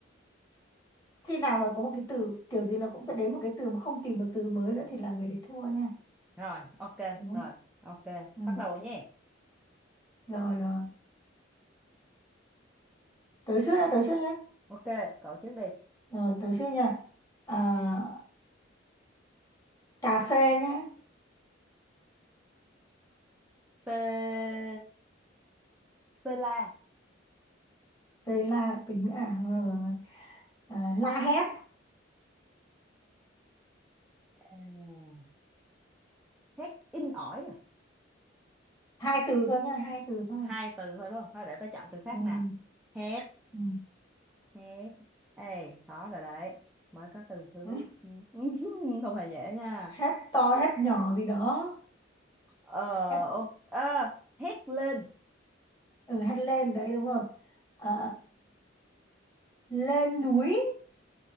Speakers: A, on the left (about 20°); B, in the centre.
A: khi nào mà có một cái từ kiểu gì nó cũng sẽ đến một cái từ mà không tìm được từ mới nữa thì là người đấy thua nha
B: rồi ok
A: đúng không
B: rồi ok
A: ừ.
B: bắt đầu rồi nhé
A: rồi rồi tới trước nha tới trước nhé
B: ok cậu trước đi
A: rồi tới trước nha à, cà phê nhé
B: p pela
A: Tê là tính à, rồi, rồi. à la hét
B: à, hét in ỏi à?
A: hai từ thôi nhá hai từ thôi
B: hai từ thôi đúng không thôi để tôi chọn từ khác
A: ừ.
B: nào hét
A: Ừ.
B: hét ê khó rồi đấy mới có từ thứ
A: <laughs>
B: <laughs> không hề dễ nha
A: hét to hét nhỏ gì đó
B: ờ
A: hét
B: ok ờ, hét lên
A: ừ, hét lên đấy đúng rồi Ờ, lên núi